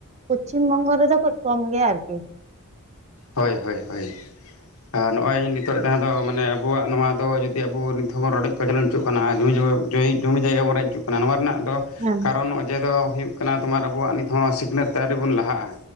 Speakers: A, on the right; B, on the left.
A: ᱯᱚᱪᱷᱤᱢ ᱵᱚᱝᱜᱚ ᱨᱮᱫᱚ ᱠᱟᱹᱡ ᱠᱚᱢ ᱜᱮᱭᱟ ᱟᱨᱠᱤ᱾
B: ᱦᱳᱭ ᱦᱳᱭ ᱦᱳᱭ ᱟᱨ ᱱᱚᱜᱚᱭ ᱱᱤᱛᱚᱜ ᱡᱟᱦᱟᱸ ᱫᱚ ᱢᱟᱱᱮ ᱟᱵᱩᱣᱟᱜ ᱱᱚᱣᱟ ᱫᱚ ᱡᱤᱫᱤ ᱡᱮ ᱟᱵᱩ ᱱᱤᱛᱷᱚ ᱦᱚᱸᱵᱚᱱ ᱨᱰᱚᱡ ᱠᱚᱪᱚᱞᱚᱱᱪᱩᱜ ᱠᱟᱱᱟ ᱟᱨ <unintelligible> ᱡᱩᱭᱤ ᱡᱩᱢᱤ ᱡᱟᱭᱜᱟ ᱵᱚᱱ ᱨᱮᱜ ᱪᱤᱜ ᱠᱟᱱᱟ ᱱᱚᱣᱟ ᱨᱮᱱᱟᱜ ᱫᱚ
A: ᱦᱮᱸ
B: ᱠᱟᱨᱚᱱ ᱚᱡᱮ ᱫᱚ ᱦᱩᱭᱩᱜ ᱠᱟᱱᱟ ᱛᱳᱢᱟᱨ ᱟᱵᱩᱣᱟᱜ ᱱᱤᱛ ᱦᱚᱸ ᱥᱤᱠᱷᱱᱟᱹᱛ ᱟᱹᱣᱨᱤ ᱵᱩᱱ ᱞᱟᱦᱟᱜᱼᱟ᱾